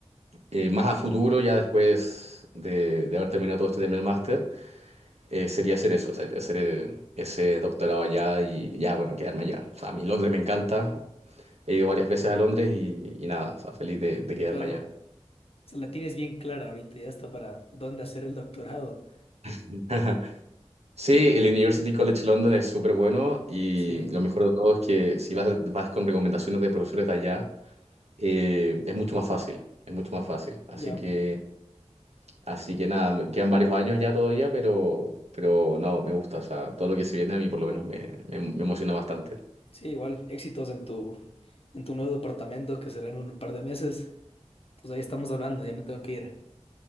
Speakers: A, on the right (about 70°); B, on the left (about 60°).
A: eh, más a futuro, ya después de, de haber terminado todo este tema del máster, eh, sería hacer eso, o sea, hacer eh, ese doctorado allá y ya, bueno, quedarme allá. O sea, a mí Londres me encanta, he ido varias veces a Londres y, y nada, o sea, feliz de, de quedarme
B: claro.
A: allá.
B: Se la tienes bien clara ahorita, ya está para dónde hacer el doctorado.
A: <laughs> Sí, el University College London es súper bueno y
B: Sí,
A: lo mejor de todo es que si vas, vas con recomendaciones de profesores de allá, eh, es mucho más fácil, es mucho más fácil. Así
B: ya.
A: que... Así que nada, me quedan varios años ya todavía, pero, pero no, me gusta. O sea, todo lo que se viene a mí por lo menos me, me- me emociona bastante.
B: Sí, igual, éxitos en tu, en tu nuevo departamento que será en un par de meses. Pues ahí estamos hablando, ya me tengo que ir.